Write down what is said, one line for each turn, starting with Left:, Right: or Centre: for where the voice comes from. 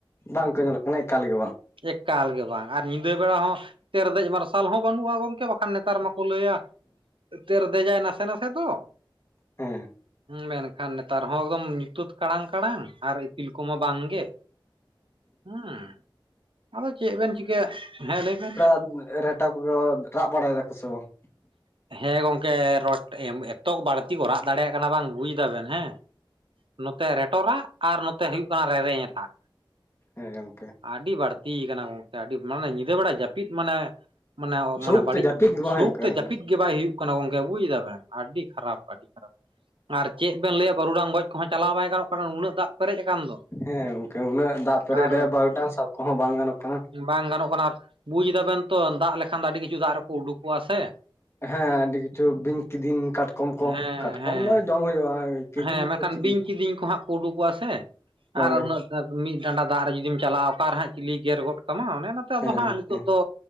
Left: ᱵᱟᱝᱠᱚ ᱧᱮᱞᱚᱜ ᱠᱟᱱᱟ, ᱮᱠᱟᱞ ᱜᱮ ᱵᱟᱝ,
Right: ᱮᱠᱟᱞ ᱜᱮ ᱵᱟᱝ ᱟᱨ ᱧᱤᱫᱟᱹ ᱵᱮᱲᱟ ᱦᱚᱸ ᱛᱮᱨᱫᱮᱡ ᱢᱟᱨᱥᱼ ᱥᱟᱞ ᱦᱚᱸ ᱵᱟᱹᱱᱩᱜᱼᱟ ᱜᱚᱝᱠᱮ ᱵᱟᱠᱷᱟᱱ ᱱᱮᱛᱟᱨ ᱢᱟᱠᱚ ᱞᱟᱹᱭᱟ ᱛᱮᱨᱫᱮᱡᱼᱟᱭ ᱱᱟᱥᱮ ᱱᱟᱥ- ᱥᱮ ᱫᱚ
Left: ᱦᱮᱸ
Right: ᱢᱮᱱᱠᱷᱟᱱ ᱱᱮᱛᱟᱨ ᱦᱚᱸ ᱮᱠᱫᱚᱢ ᱧᱩᱛᱟᱹᱛ ᱠᱟᱲᱟᱝ ᱠᱟᱲᱟᱝ ᱟᱨᱼᱼ ᱯᱤᱞ ᱠᱚᱢᱟ ᱵᱟᱝ ᱜᱮ, ᱦᱩᱸ ᱟᱫᱚ ᱪᱮᱜ ᱵᱮᱱ ᱪᱤᱠᱟᱹᱭᱟ, ᱦᱮᱸ ᱞᱟᱹᱭ ᱵᱮᱱ
Left: ᱮᱨ ᱮᱴᱟ ᱠᱚᱜᱮ ᱚᱻ ᱨᱟᱜ ᱵᱟᱲᱟ ᱭᱮᱫᱟ ᱠᱚᱥᱮ ᱵᱟᱝ?
Right: ᱦᱮᱸ ᱜᱚᱝᱠᱮ ᱨᱚᱴᱮ ᱮᱢ ᱮᱛᱚ ᱵᱟᱹᱲᱛᱤ ᱠᱚ ᱨᱟᱜ ᱫᱟᱲᱮᱭᱟᱜ ᱠᱟᱱᱟ ᱵᱟᱝ, ᱵᱩᱡ ᱮᱫᱟ ᱵᱮᱱ ᱦᱮᱸ? ᱱᱚᱛᱮ ᱨᱮᱴᱚ ᱨᱟᱜ ᱟᱨ ᱱᱚᱛᱮ ᱦᱩᱭᱩᱜ ᱠᱟᱱᱟ ᱨᱮᱨᱮᱧ ᱨᱟᱜ,
Left: ᱦᱮᱸ ᱜᱚᱢᱠᱮ᱾
Right: ᱟᱰᱤ ᱵᱟᱲᱛᱤ ᱭᱟᱠᱟᱱᱟ ᱜᱚᱝᱠᱮ ᱟᱹᱰᱤ ᱢᱟᱱᱮ ᱧᱤᱫᱟᱹ ᱵᱮᱲᱟ ᱡᱟᱹᱯᱤᱫ ᱢᱟᱱᱮ ᱢᱟᱱᱮ ᱚ
Left: ᱥᱩᱠ
Right: ᱢᱟᱱᱮ ᱵᱟᱹᱲᱤᱡ
Left: ᱛᱮ ᱡᱟᱹᱯᱤᱫ ᱜᱮ ᱵᱟᱝ
Right: ᱥᱩᱠ
Left: ᱦᱩᱭᱩᱜ ᱠᱟᱱᱟ
Right: ᱛᱮ ᱡᱟᱹᱯᱤᱫ ᱜᱮ ᱵᱟᱭ ᱦᱩᱭᱩᱜ ᱠᱟᱱᱟ ᱜᱚᱝᱠᱮ ᱵᱩᱡ ᱫᱟ ᱵᱮᱱ ᱟᱹᱰᱤ ᱠᱷᱟᱨᱟᱯ ᱟᱹᱰᱤ ᱠᱷᱟᱨᱟᱯ ᱟᱨ ᱪᱮᱫ ᱵᱮᱱ ᱞᱟᱹᱭᱟ ᱵᱟᱹᱨᱩᱰᱟᱝ ᱜᱚᱡ ᱠᱚᱦᱚᱸ ᱪᱟᱞᱟᱣ ᱵᱟᱭ ᱜᱟᱱᱚᱜ ᱠᱟᱱᱟ ᱱᱩᱱᱟᱹᱜ ᱫᱟᱜ ᱯᱮᱨᱮᱡ ᱟᱠᱟᱱ ᱫᱚ᱾
Left: ᱦᱮᱸ ᱜᱚᱝᱠᱮ ᱩᱱᱟᱹᱜ ᱫᱟᱜ ᱯᱮᱨᱮ
Right: ᱟᱨ
Left: ᱨᱮ ᱵᱟᱨ ᱠᱚᱦᱚᱸ ᱵᱟᱝ ᱜᱟᱱᱚᱜ ᱠᱟᱱᱟ᱾
Right: ᱵᱟᱝ ᱜᱟᱱᱚᱜ ᱠᱟᱱᱟ ᱵᱩᱡ ᱮᱫᱟ ᱵᱮᱱ ᱛᱚ ᱫᱟᱜ ᱞᱮᱠᱷᱟᱱ ᱫᱚ ᱟᱹᱰᱤ ᱠᱤᱪᱷᱩ ᱫᱟᱜ ᱨᱮᱠᱚ ᱩᱰᱩᱠᱚᱜᱼᱟ ᱥᱮ᱾
Left: ᱦᱮᱸ ᱟᱹᱰᱤ ᱠᱤᱪᱷᱩ ᱵᱤᱧ ᱠᱤᱫᱤᱱ ᱠᱟᱴᱠᱚᱢ ᱠᱚ
Right: ᱦᱮᱸ
Left: ᱠᱟᱴᱠᱚᱢ
Right: ᱦᱮᱸ
Left: ᱫᱚ ᱡᱚᱢ ᱦᱩᱭᱩᱜᱼᱟ᱾ ᱠᱤᱫᱤᱧ
Right: ᱦᱮᱸ ᱢᱮᱱᱠᱷᱟᱱ
Left: ᱫᱚ ᱪᱤᱠᱟᱹ
Right: ᱵᱤᱧ ᱠᱤᱫᱤᱧ ᱠᱚ ᱦᱟᱸᱜ ᱠᱚ ᱩᱰᱩᱠᱚᱜᱣᱟ ᱥᱮ
Left: ᱦᱳᱭ
Right: ᱟᱨ ᱩᱱᱟᱹᱜ ᱢᱤᱫ ᱰᱟᱸᱰᱟ ᱫᱟᱜ ᱨᱮ ᱡᱩᱫᱤᱢ ᱪᱟᱞᱟᱜᱼᱟ ᱚᱠᱟᱨᱮ ᱦᱟᱸᱜ ᱪᱤᱞᱤ ᱜᱮᱨ ᱜᱚᱫ ᱠᱟᱢᱟ ᱚᱱᱮ ᱚᱱᱟᱛᱮ ᱟᱫᱚ
Left: ᱦᱮᱸ
Right: ᱦᱟᱸᱜ
Left: ᱜᱚᱝᱠᱮ
Right: ᱱᱤᱛᱚᱜ ᱫᱚ